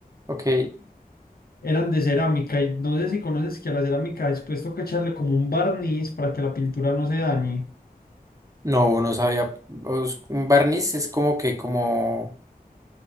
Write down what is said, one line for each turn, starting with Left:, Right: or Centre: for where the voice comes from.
Right: Ok,
Left: eran de cerámica y no sé si conoces que a la cerámica después toca echarle como un barniz para que la pintura no se dañe.
Right: no, no sabía. os- Un barniz es como que, como.